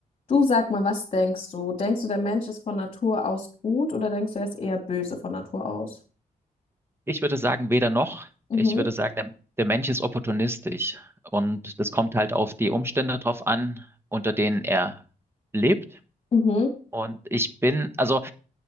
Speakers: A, on the left; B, on the right.
A: Du sag mal, was denkst du? Denkst du, der Mensch ist von Natur aus gut oder denkst du, er ist eher böse von Natur aus?
B: Ich würde sagen, weder noch.
A: Mhm,
B: Ich würde sagen, der, der Mensch ist opportunistisch und das kommt halt auf die Umstände drauf an, unter denen er lebt.
A: mhm,
B: Und ich bin, also